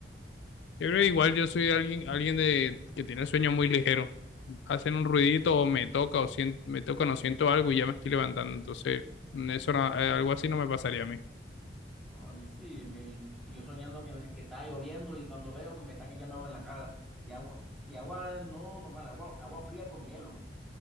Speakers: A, on the left; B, in the centre.
A: Yo creo que igual yo soy alguien, alguien de, que tiene sueños muy ligeros. hacen un ruidito o me toca o siento, me tocan o no siento algo y ya me estoy levantando. Entonces, mm, eso no- eh, algo así no me pasaría a mí.
B: No, a mí sí, me- y yo soñando que, me- que está lloviendo y cuando veo me están echando agua en la cara y agua. Y agua no normal, agua, agua fría con hielo.